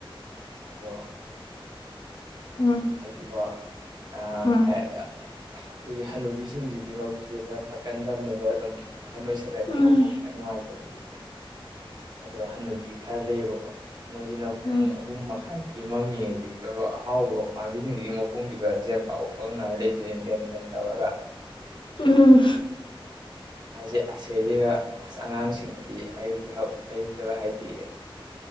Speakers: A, on the right; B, on the left.
A: ꯑꯗꯣ
B: ꯎꯝ
A: ꯍꯥꯏꯗꯤꯀꯣ ꯑ ꯑꯩꯈꯣꯏꯒꯤ
B: ꯎꯝ
A: ꯍꯅꯨ ꯄꯥꯝꯕꯤꯁꯤꯡꯁꯤꯗꯤ ꯃꯕꯨꯛꯁꯨ ꯈꯔ ꯐꯛꯀꯟꯗꯕꯅꯦꯕ ꯑꯗꯨꯝ ꯑꯍꯟ ꯑꯣꯏꯁꯜꯂꯗꯤ
B: ꯎꯝ
A: ꯃꯄꯣꯛ ꯈꯤꯇꯪ ꯅꯨꯡꯉꯥꯏꯇꯕꯒꯤ ꯑꯗꯣ ꯍꯟꯟꯅꯨꯕꯤ ꯈꯔ ꯂꯩꯌꯦꯕꯀꯣ ꯃꯣꯏꯖꯤꯅ ꯄꯨꯡ
B: ꯎꯝ
A: ꯑꯍꯨꯝ ꯃꯈꯥꯏ ꯑꯩꯒꯤ ꯃꯝꯃꯤ ꯍꯥꯏꯗꯤ ꯀ ꯑꯍꯥꯎꯕ ꯄꯥꯝꯕꯤꯁꯤꯡꯁꯤꯒꯤ ꯃꯈꯣꯡꯁꯤꯒ ꯖꯦꯝꯕꯥ ꯎꯞꯄ ꯉꯥꯏ ꯂꯩꯇꯣꯏꯅꯤ ꯂꯦꯟꯇꯟ ꯇꯧꯔꯒ
B: ꯎꯝ
A: ꯁ ꯑꯁꯦꯁꯤꯒ ꯑꯁ ꯑꯉꯥꯡꯁꯤꯡꯗꯤ ꯑꯌꯨꯛꯁ ꯑꯌꯨꯛꯇꯒ ꯍꯥꯏꯗꯤ